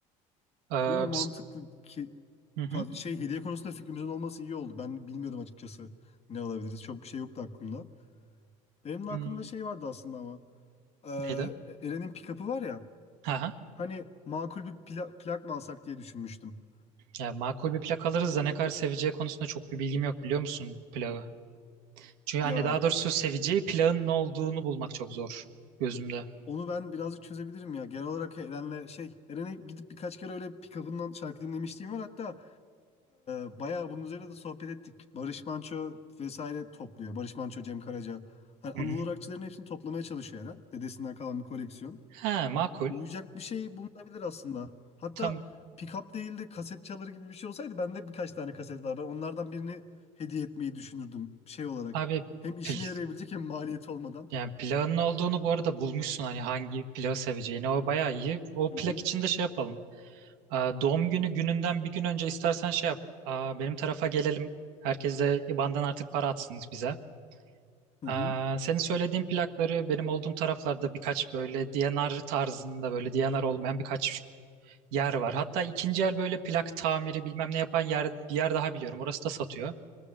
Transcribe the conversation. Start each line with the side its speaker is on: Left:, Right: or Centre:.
Right: Ee,
Left: Yo mantıklı
Right: biz-
Left: ki
Right: hı hı.
Left: Pa- Şey hediye konusunda fikrimizin olması iyi oldu. Ben bilmiyordum açıkçası ne alabiliriz. Çok bir şey yoktu aklımda. Benim de
Right: Hmm,
Left: aklımda şey vardı aslında ama. Ee,
Right: neydi?
Left: Eren'in pick-up'ı var ya.
Right: <laughs>
Left: Hani makul bir pla- plak mı alsak diye düşünmüştüm.
Right: Ya makul bir plak alırız da ne kadar seveceği konusunda çok bir bilgim yok biliyor musun plağı? Çünkü
Left: Ya
Right: hani daha doğrusu seveceği plağın ne olduğunu bulmak çok zor gözümde.
Left: onu ben birazcık çözebilirim ya. Genel olarak Eren'le şey Eren'e gidip birkaç kere öyle pick-up'ından şarkı dinlemişliğim var. Hatta e, bayağı bunun üzerine de sohbet ettik. Barış Manço vesaire topluyor. Barış Manço, Cem Karaca. Hani Anadolu
Right: Hı hı.
Left: rockçıların hepsini toplamaya çalışıyor Eren. Dedesinden kalan bir koleksiyon.
Right: He makul.
Left: Uyuyacak bir şey bulunabilir aslında. Hatta
Right: Tam
Left: pick-up değil de kaset çaları gibi bir şey olsaydı bende birkaç tane kaset var. Ben onlardan birini hediye etmeyi düşünürdüm şey olarak.
Right: abi
Left: Hem işine
Right: pil,
Left: yarayabilecek hem maliyeti olmadan.
Right: yani plağın ne olduğunu bu arada bulmuşsun hani hangi plağı seveceğini. O bayağı iyi. O
Left: Hı
Right: plak
Left: hı.
Right: için de şey yapalım. Aa, doğum günü gününden bir gün önce istersen şey yap. Aa, benim tarafa gelelim. Herkes de IBAN'dan artık para atsın bize.
Left: Hı
Right: Aa,
Left: hı.
Right: senin söylediğin plakları benim olduğum taraflarda birkaç böyle D&R tarzında böyle D&R olmayan birkaç yer var. Hatta ikinci el böyle plak tamiri bilmem ne yapan yer, bir yer daha biliyorum. Orası da satıyor.